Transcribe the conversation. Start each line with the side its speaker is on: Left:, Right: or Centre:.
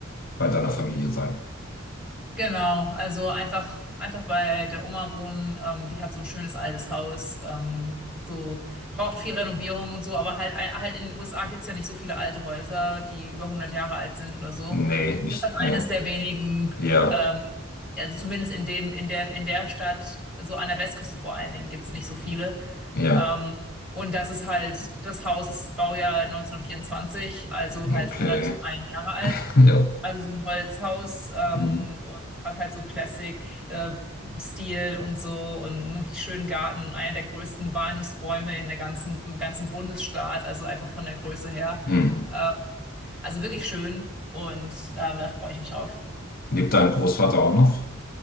Left: bei deiner Familie sein?
Centre: Genau, also einfach, einfach bei der Oma wohnen. Ähm, die hat so ein schönes altes Haus. Ähm, so braucht viel Renovierung und so, aber halt, äh, halt in den USA gibt's ja nicht so viele alte Häuser, die über 100 Jahre alt sind oder so.
Left: Nee, nicht.
Centre: Das ist halt
Left: Ja.
Centre: eines der wenigen,
Left: Ja,
Centre: ähm, also zumindest in dem, in der, in der Stadt, so an der Westküste vor allen Dingen, gibt's nicht so viele.
Left: ja.
Centre: Ähm, und das ist halt, das Haus ist Baujahr 1924, also halt
Left: Okay.
Centre: 101 Jahre alt.
Left: <laughs> Ja.
Centre: Also so ein Holzhaus ähm,
Left: Mhm.
Centre: und hat halt so Classic-Stil und so und einen richtig schönen Garten und einer der größten Walnussbäume in der ganzen, im ganzen Bundesstaat, also einfach von der Größe her.
Left: Mhm.
Centre: Äh, also wirklich schön und ähm, da freue ich mich auf.
Left: Lebt dein Großvater auch noch?